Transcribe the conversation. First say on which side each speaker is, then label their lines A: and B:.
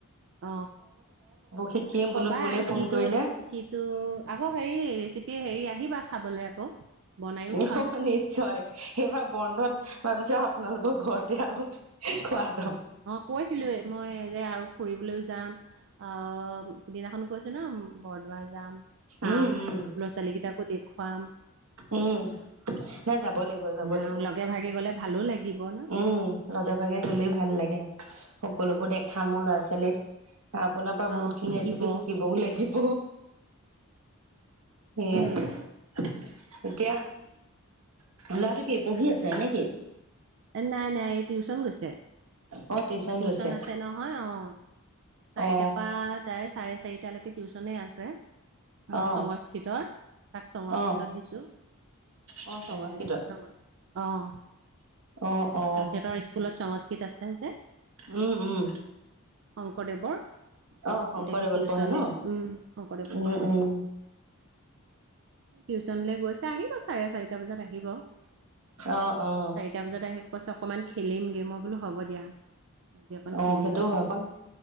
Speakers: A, on the right; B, on the right.
A: অ,
B: শিকিম
A: কবা
B: বোলো বৌলে ফোন
A: কিটো
B: কৰিলে
A: কিটো আকৌ হেৰি। ৰেচিপি হেৰি আহিবা খাবলৈ আকৌ। বনায়ো
B: অ
A: খুৱাম
B: নিশ্চয় সেইবাৰ বন্ধত ভাবিছো আপোনালোকক। ঘৰতে আৰু খোৱা য।
A: অ কৈছিলো মই যে আৰু ফুৰিবলৈও যাম। অ সিদিনাখনো কৈছো ন। বৰদোৱা যাম চাম,
B: উম উম
A: ল'ৰা ছোৱালী কেইটাকো দেখুৱাম।
B: উম ন। যাব লাগিব যাব
A: ন
B: লাগিব,
A: লগে ভাগে গলে ভালো লাগিব ন
B: উম লগে ভাগে গলে ভাল লাগে। সকলোবোৰ দেখাম মোৰ ল'ৰা ছোৱালীৰ। আপোনাৰ পৰা
A: অ
B: বহুত খিনি
A: শিকিব
B: ৰেচিপি শিকিবও লাগিব। সে।
A: উম
B: এতিয়া ল'ৰাটো কি পঢ়ি আছে নে কি।
A: নাই নাই এই টিউচন গৈছে,
B: অ
A: টিউচন
B: গৈছে
A: আছে নহয় অ। চাৰিটাৰ
B: অ
A: পৰা তাৰে চাৰে চাৰিটালৈকে টিউশচনে আছে।
B: অ
A: সংস্কৃতৰ তাক, সংস্কৃতত
B: অ
A: দিছোঁ।
B: অ
A: এ
B: সংস্কৃতত
A: চয় আহ।
B: অ অ
A: সিহঁতৰ স্কুলত চঙকিত আছে যে।
B: উম উম।
A: শংকৰদেৱৰ।
B: অ শংকৰদেৱত
A: এতিকে টিউচন
B: পঢ়ে ন
A: দিছো উম শংকৰদেৱত
B: উম
A: পঢ়া।
B: উম
A: টিউচনৈ গৈছে আহিব চাৰে চাৰিটা বজাত আহিব।
B: অ অ
A: চাৰিটা বজাত আহি কৈছে অকমান খেলিমগে মই বোলো হ'ব দিয়া। আজি অকণ
B: অ
A: খেলিবাগে
B: সেইটোও হয়কণ,